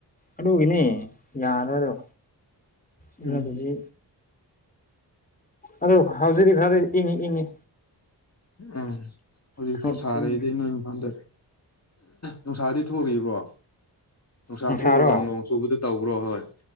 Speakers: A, on the left; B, on the left.
A: ꯑꯗꯨꯒꯤꯅꯤ ꯌꯥꯔꯣꯏꯗꯣ ꯑꯗꯨ
B: ꯎꯝ
A: ꯑꯗꯨꯗꯤ ꯑꯗꯨ ꯍꯧꯖꯤꯛꯇꯤ ꯈꯔꯗꯤ ꯏꯪꯉꯤ ꯏꯪꯉꯤ
B: ꯎꯝ ꯍꯧꯖꯤꯛ
A: ꯈꯔ
B: ꯐꯥꯎ ꯁꯥꯔꯛꯏꯗꯤ
A: ꯏꯪꯉꯤ
B: ꯅꯣꯏ ꯏꯐꯥꯟꯜꯗ ꯅꯨꯡꯁꯥꯗꯤ ꯊꯣꯛꯕ꯭ꯔꯣ ꯅꯨꯡꯁꯥ
A: ꯅꯨꯡꯁꯥꯔꯣ
B: ꯊꯣꯛꯂꯒ ꯅꯣꯡ ꯆꯨꯕꯗ ꯇꯧꯕ꯭ꯔꯣ ꯍꯣꯏ